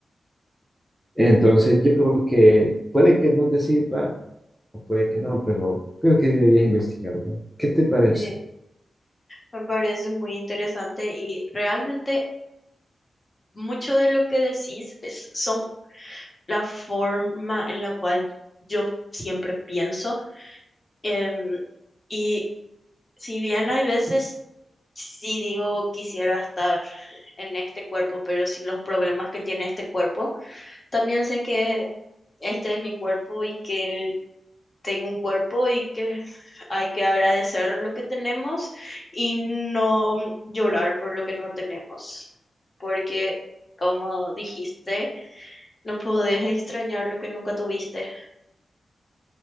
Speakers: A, in the centre; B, on the left (about 30°).
A: Entonces,
B: Eh,
A: yo creo que puede que no te sirva o puede que no, pero creo que deberías investigarlo. ¿Qué te parece?
B: Sí, me parece muy interesante y realmente mucho de lo que decís es, son la forma en la cual yo siempre pienso. em, y si bien hay veces sí digo quisiera estar en este cuerpo, pero si los problemas que tiene este cuerpo, también sé que este es mi cuerpo y que tengo un cuerpo y que hay que agradecer lo que tenemos y no llorar por lo que no tenemos, porque como dijiste, no podés extrañar lo que nunca tuviste.